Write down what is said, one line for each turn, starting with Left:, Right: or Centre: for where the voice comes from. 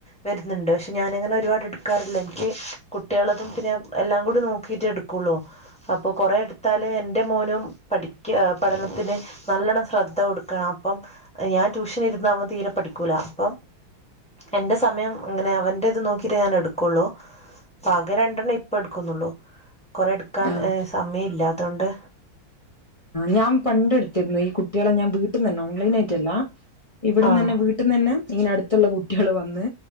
Centre: വരുന്നുണ്ട് പക്ഷെ ഞാന അങ്ങനെ ഒരുപാട് എടുക്കാറില്ല എനിക്ക് കുട്ടികളതും പിന്നെ എല്ലാം കൂടി നോക്കിട്ട് എടുക്കുള്ളോ അപ്പൊ കൊറെ എടുത്താല് എന്റെ മോനും പഠിക്ക പഠനത്തിന് നല്ലോണ്ണം ശ്രദ്ധ കൊടുക്കണം അപ്പം ഞാൻ ട്യൂഷൻ ഇരുന്ന അവൻ തീരെ പഠിക്കൂല അപ്പൊ എന്റെ സമയം അങ്ങനെ അവന്റെ ഇത് നോക്കി ഞാൻ എടുക്കുള്ളൂ അപ്പൊ ആകെ രണ്ടെണ്ണം ഇപ്പ എടുക്കുന്നുള്ളൂ കൊറെ എടുക്കാൻ
Left: ആഹ്
Centre: സമയം ഇല്ല അതുകൊണ്ട്
Left: ഞാ പണ്ടെടുത്തിരുന്നു ഈ കുട്ടികളെ ഞാൻ വീട്ടന്ന് തന്നെ ഓൺലൈൻ ആയിട്ടല്ല ഇവിടന്ന്
Centre: ആഹ്
Left: തന്നെ വീട്ട വീട്ട് ന്ന് ന്നെ ഇങ്ങനെ അടുത്തുള്ള കുട്ടികൾ വന്ന്